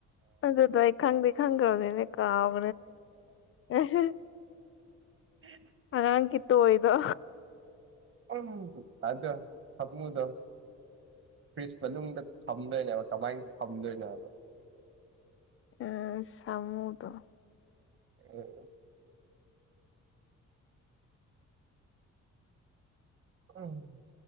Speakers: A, on the left; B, on the right.
A: ꯑꯗꯨꯗ ꯑꯩ ꯈꯪꯗꯦ ꯈꯪꯈ꯭ꯔꯕꯅꯤꯅꯦ ꯀꯥꯎ <unintelligible>
B: ꯎꯝ
A: ꯍꯔꯥꯡ ꯀꯤꯠꯇ ꯍꯣꯏꯗꯣ
B: ꯎ ꯑꯗ ꯁꯃꯨꯗꯣ ꯐ꯭ꯔꯤꯁ ꯃꯅꯨꯡꯗ ꯊꯝꯗꯣꯏꯅꯦꯣꯕ ꯀꯃꯥꯏꯅ ꯊꯝꯗꯣꯏꯅꯣꯕ
A: ꯑ ꯁꯃꯨꯗ
B: ꯎ ꯎꯝ